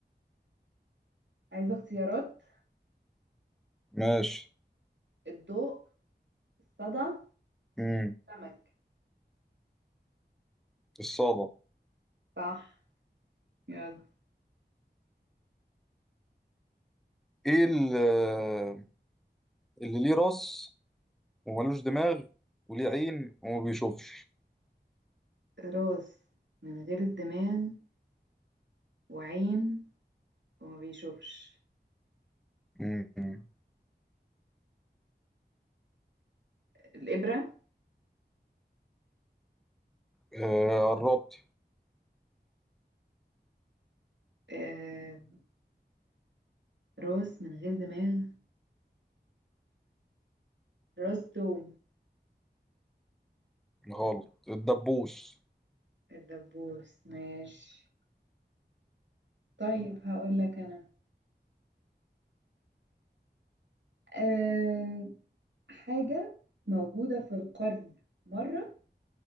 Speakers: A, on the right (about 80°); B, in the centre.
A: عايزة اختيارات
B: ماشي
A: الضوء الصدى
B: امم
A: سمك
B: الصادة
A: صح يلا
B: ايه ال- آه، اللي ليه راس وملوش دماغ وليه عين وما بيشوفش
A: راس من غير الدماغ وعين وما بيشوفش
B: امم
A: الإبرة
B: آه... قربت
A: آه راس من غير دماغ راس توم
B: غلط الدبوس
A: الدبوس ماشي طيب هقول لك أنا أه حاجة موجودة في القرن مرة